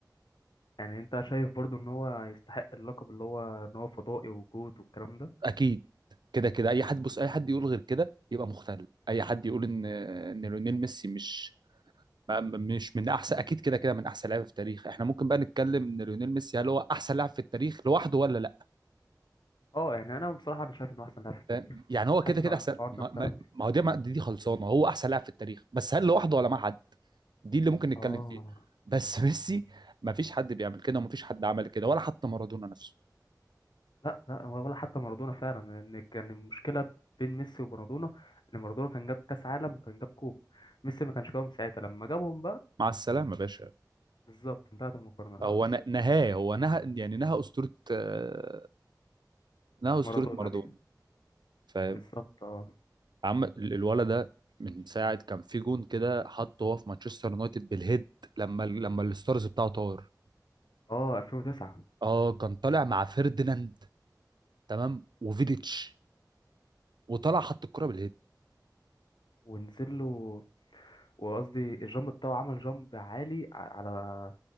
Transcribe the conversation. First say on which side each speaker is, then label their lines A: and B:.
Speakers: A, on the left; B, on the right.
A: يعني أنت شايف برضو إن هو يستحق اللقب اللي هو إن هو فضائي وجود والكلام ده
B: اكيد كده كده اي حد بص اي حد يقول غير كده يبقى مختل اي حد يقول ان ان ليونيل ميسي مش ما- مش من احسن اكيد كده كده من احسن لاعب في التاريخ احنا ممكن بقى نتكلم ان ليونيل ميسي هل هو احسن لاعب في التاريخ لوحده ولا لا
A: اه يعني أنا بصراحة أنا شايف إنه أحسن لاعب في التاريخ
B: فاهم يعني هو
A: حاسس
B: كده كده
A: إن
B: احسن
A: الحوار
B: ما
A: ده انتهى
B: ما ما هو دي ما- دي دي خلصانه هو احسن لاعب في التاريخ بس هل لوحده ولا مع حد دي اللي ممكن نتكلم
A: اه
B: فيها بس <laughs> ميسي ما فيش حد بيعمل كده وما فيش حد عمل كده ولا حتى مارادونا نفسه
A: لا لا ولا حتى مارادونا فعلا لان كان المشكله بين ميسي ومارادونا ان مارادونا كان جاب كاس عالم وكان جاب كوبا ميسي ما كانش جابهم ساعتها لما جابهم بقى
B: مع السلامه يا باشا
A: بالظبط انتهت المقارنه
B: هو
A: خلاص
B: ن- نهاه هو نهى يعني نهى اسطوره آه، انها اسطوره
A: مارادونا
B: مارادونا
A: دي
B: فاهم
A: بالظبط اه
B: عم ال- الولد ده من ساعه كان في جون كده حطه هو في مانشستر يونايتد بالهيد لما ال- لما الستارز بتاعه طار
A: اه 2009
B: اه كان طالع مع فيرديناند تمام وفيديتش وطلع حط الكره بالهيد
A: ونزل له وقصدي الجامب بتاعه عمل جامب عالي ع- على